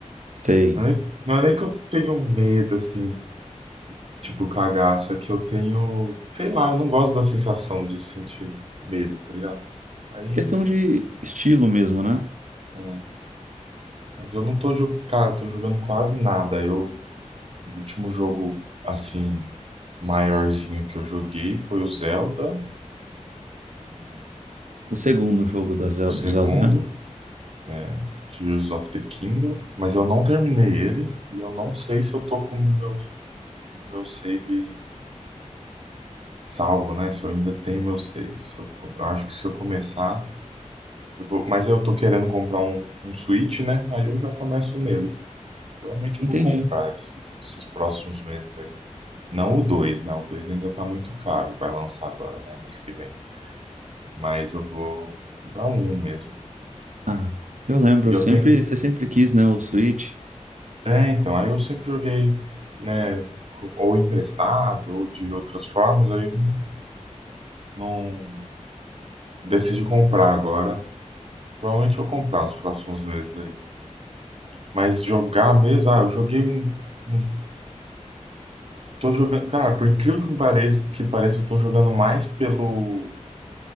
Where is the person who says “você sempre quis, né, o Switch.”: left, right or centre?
Right